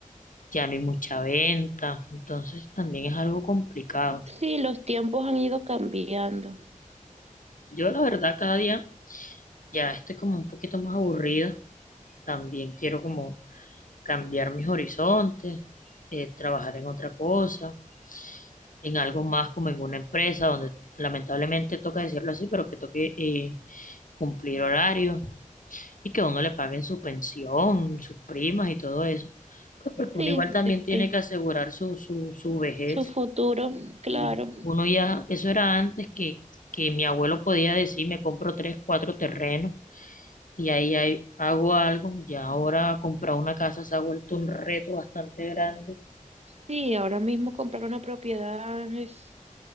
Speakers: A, on the left; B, on the right.
A: ya no hay mucha venta, entonces también es algo complicado.
B: Sí, los tiempos han ido cambiando.
A: Yo la verdad cada día ya estoy como un poquito más aburrida, también quiero como cambiar mis horizontes, eh, trabajar en otra cosa, en algo más como en una empresa donde lamentablemente toca decirlo así, pero que toque eh, cumplir horarios y que a uno le paguen su pensión, sus primas y todo eso. Pues porque
B: Sí,
A: uno igual también
B: de
A: tiene
B: que
A: que asegurar su, su, su vejez.
B: su futuro, claro.
A: Y uno ya, eso era antes que, que mi abuelo podía decir, me compro tres, cuatro terrenos y ahí hay- hago algo. Ya ahora comprar una casa se ha vuelto un reto bastante grande.
B: Sí, ahora mismo comprar una propiedad es